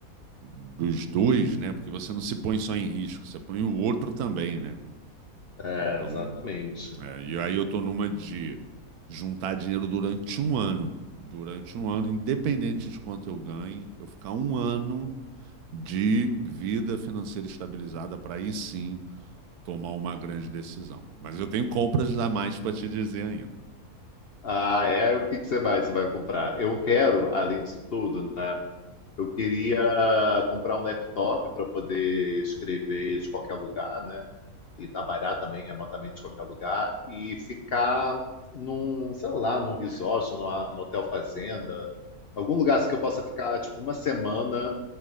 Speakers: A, on the right (about 80°); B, on the left (about 55°).
A: dos dois, né? Porque você não se põe só em risco, você põe o outro também, né?
B: É,
A: Então,
B: exatamente.
A: é, e aí eu tô numa de juntar dinheiro durante um ano. Durante um ano, independente de quanto eu ganhe, eu ficar um ano de vida financeira estabilizada para aí sim tomar uma grande decisão. Mas eu tenho compras a mais para te dizer ainda.
B: Ah, é? O que que você vai, você vai comprar? Eu quero, além disso tudo, né? Eu queria comprar um laptop para poder escrever de qualquer lugar, né? E trabalhar também remotamente de qualquer lugar e ficar num, sei lá, num resort, numa, num hotel fazenda, algum lugar assim que eu possa ficar tipo uma semana